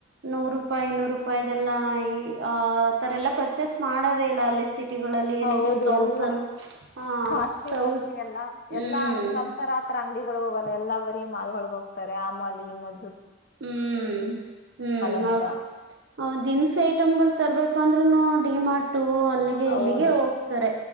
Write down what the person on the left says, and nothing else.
ಹೌದು
ಎಲ್ಲಾ
ಕಾಸ್ಟ್ಲಿ ಕಾಸ್ಟ್ಲಿ ಎಲ್ಲಾ
ಎಲ್ಲಾ ಹಂಗ್ ನಮ್ ತರ ಆತರ ಅಂಗಡಿಗಳಗ್ ಹೋಗಲ್ಲ ಎಲ್ಲಾ ಬರಿ ಮಾಲ್ಗಳಳಗ ಹೋಗ್ತಾರೆ ಆ ಮಾಲ್ ಈ ಮಾ
ಅಂತ
ಹೌದು